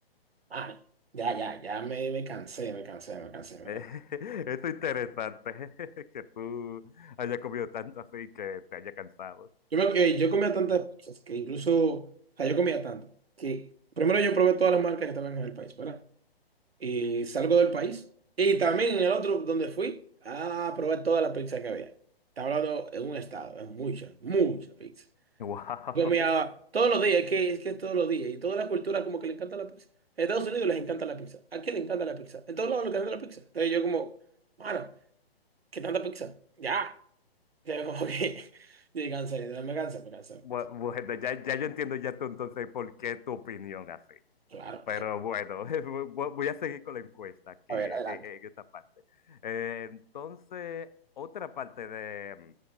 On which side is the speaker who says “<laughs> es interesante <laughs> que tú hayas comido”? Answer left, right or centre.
Left